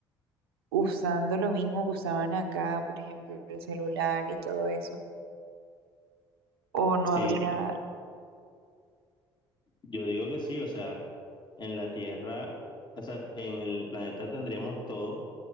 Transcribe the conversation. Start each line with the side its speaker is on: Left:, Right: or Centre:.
Right: usando lo mismo que usaban acá, por ejemplo, el celular y todo eso? ¿O no
Left: Sí,
Right: habría,
Left: sí. Yo digo que sí, o sea, en la Tierra, o sea, en el planeta tendríamos todo